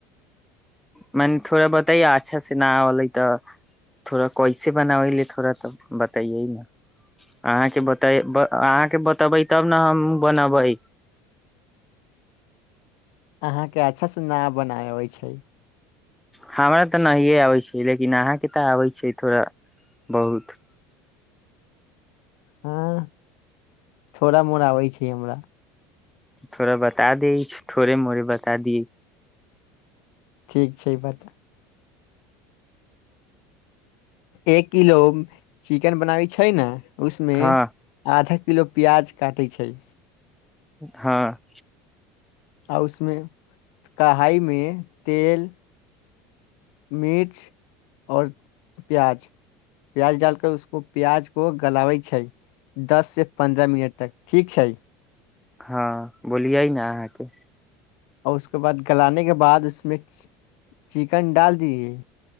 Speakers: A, in the centre; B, on the left.
A: मने थोड़ा बतइयए अच्छा से नहि अलै तऽ थोड़ा कैसे बनाबैले थोड़ा तऽ बतैयै ने अहाँके बतै अहाँके बतेबै तब ने हम बनबै
B: अहाँके अच्छासँ न बनायबइ छै
A: हमरा तऽ नहिए आबै छै लेकिन अहाँके तऽ आबै छै थोड़ा बहुत
B: हँ थोड़ा मोर आबै छै हमरा
A: थोड़ा बता द थोड़े मोड़े बता दियए
B: ठीक छै ई बता एक किलो चिकन बनाबी छै ने उसमे
A: हँ
B: आधक किलो प्याज काटै छै
A: हँ
B: आ उसमे कढ़ाई मे तेल मिर्च और प्याज प्याज डालकर उसको प्याज को गलाबै छै दस से पन्द्रह मिनट तक ठीक छै
A: हँ बोलियै ने अहाँके
B: आऔर उसके बाद गलाे के बाद उसमे चिकन डाल दीए